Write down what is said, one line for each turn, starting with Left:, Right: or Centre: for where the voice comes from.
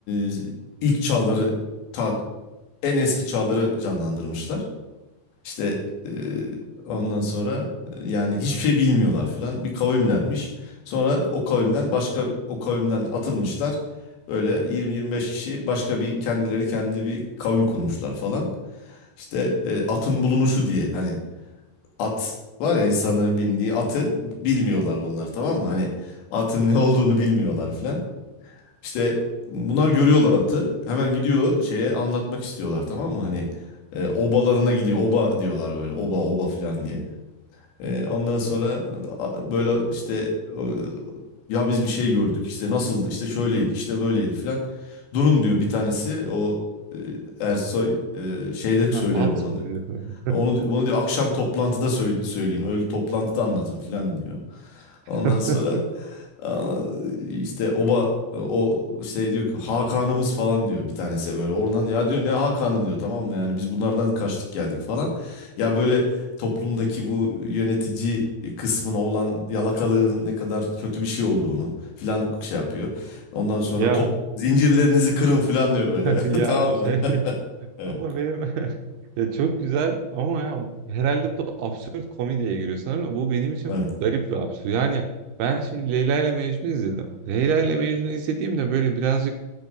Left: e, ilk çağları ta en eski çağları canlandırmışlar. İşte e, ondan sonra e, yani hiçbir şey bilmiyorlar filan. Bir kavimlermiş. Sonra o kavimden başka o kavimden atılmışlar. Böyle 20-25 kişi başka bir kendileri kendi bir kavim kurmuşlar falan. İşte e, atın bulunuşu diye hani at var ya insanların bindiği atı bilmiyorlar bunlar tamam mı? Hani atın ne olduğunu bilmiyorlar filan. İşte bunlar görüyorlar atı. Hemen gidiyor şeye anlatmak istiyorlar tamam mı? Hani e, obalarına gidiyor. Oba diyorlar böyle. Oba oba filan diye. E, ondan sonra a, böyle işte o, ya biz bir şey gördük. işte nasıldı? işte şöyleydi. işte böyleydi filan. Durun diyor bir tanesi. O e, Ersoy e, şeyde söylerim
Right: Ha, at
Left: onu
Right: mı
Left: diyor.
Right: diyor.
Left: Onu, bunu diyor akşam toplantıda söyle- söyleyin. Öyle toplantıda anlatın filan diyor. Ondan
Right: <laughs>
Left: sonra Aa, işte oba o şey diyor ki Hakan'ımız falan diyor bir tanesi böyle oradan ya diyor ne Hakan'ı diyor tamam mı yani biz bunlardan kaçtık geldik falan ya böyle toplumdaki bu yönetici kısmına olan yalakalığın ne kadar kötü bir şey olduğunu filan şey yapıyor ondan sonra
Right: Ya
Left: top zincirlerinizi kırın filan diyor böyle
Right: <laughs> ya
Left: <laughs> tamam mı
Right: şey <laughs>
Left: <laughs> evet
Right: ama benim <laughs> ya çok güzel ama ya herhalde bu da absürt komediye giriyor sanırım da bu benim için
Left: evet
Right: garip bir absürt. Yani ben şimdi Leyla ile Mecnun izledim. Leyla ile Mecnun izlediğimde böyle birazcık